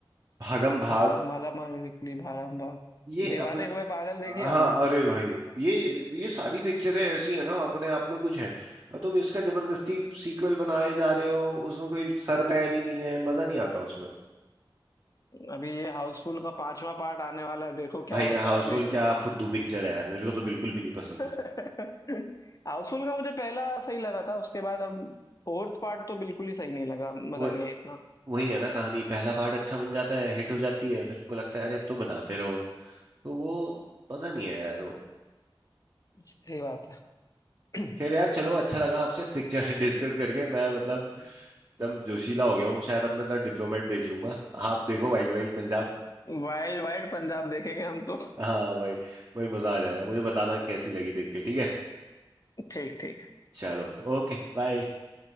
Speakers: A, on the right; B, on the left.
A: भागम भाग
B: हाँ माला माल बिकली भाराम भाग
A: ये
B: दीवाने
A: अपन
B: हुए पागल देखी
A: हाँ
B: हमने
A: अरे भाई ये ये सारी पिक्चरें ऐसी है ना अपने आप में कुछ है और तुम इसका जबरदस्ती सीक्वल बनाए जा रहे हो उसमें कोई सर पैर ही नहीं है मजा नहीं आता उसमें
B: अभी ये हाउसफुल का पांचवा पार्ट आने वाला है देखो क्या
A: भाई
B: होता
A: हाउसफुल
B: है अभी
A: क्या फुद्दू पिक्चर है यार मेरे को तो बिल्कुल भी नहीं पसंद
B: <laughs> हाउसफुल का मुझे पहला सही लगा था उसके बाद अब फोर्थ पार्ट तो बिल्कुल ही सही नहीं लगा मजा
A: वो
B: नहीं आया इतना
A: वही है ना कहानी पहला पार्ट अच्छा बन जाता है हिट हो जाती है फिर को लगता है अरे अब तो बनाते रहो तो वो मजा नहीं है यार वो
B: सही बात है
A: खैर यार
B: <clears throat>
A: चलो अच्छा लगा आपसे पिक्चर <laughs> डिस्कस करके मैं मतलब एकदम जोशीला हो गया हूँ शायद अब मैं तो डिप्लोमेट देख लूंगा आप देखो वाइल्ड वाइल्ड पंजाब
B: वाइल्ड वाइल्ड पंजाब देखेंगे हम तो
A: हाँ भाई भाई मजा आ जाएगा मुझे बताना कैसी लगी देख के ठीक है
B: <laughs> ठीक ठीक
A: चलो ओके बाय